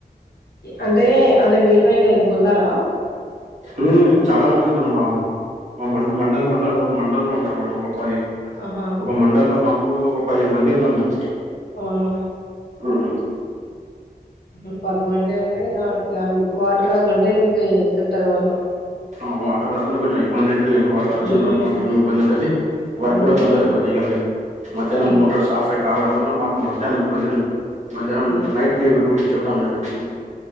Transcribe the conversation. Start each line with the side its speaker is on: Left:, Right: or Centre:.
Left: అంటే అంటే మీతో ఇంకా ఇంకున్నారా?
Right: ఉమ్, చాలా మంది ఉన్నారు మా మా మండ మండల్ మండల్ మండలల్లో ఉంటారు మేడం ఒక పది
Left: ఆహా
Right: ఒక మండ లో మాకు ఒక పదిహేను మంది ఉన్నాం మేము
Left: అవునా
Right: ఉమ్, ఉమ్.
Left: ఉమ్ పదిమంటే అంటే ఇగ ఇగ వాటర్ రాకుంటే మీకు చెప్తారు వాళ్ళు
Right: ఆ వాటర్ రాకుండా కొంచెం ఇబ్బంది అయితుది కానీ వాటర్ వచ్చిన
Left: ఉమ్
Right: రోజు మాకేమి ఇబ్బంది ఉండది వర్క్
Left: అదే
Right: కూడా
Left: కదా
Right: తొందర అయిపోది ఇయ్యాలే మధ్యాహ్న
Left: ఇప్
Right: మోటార్స్ ఆఫ్ అయి రావడం వల్ల మాకు మధ్యాహ్నం ఇప్పుడు నేను మధ్యాహ్నం
Left: ఇ
Right: నైట్ డ్యూ డ్యూటీ చేయడం లేరు.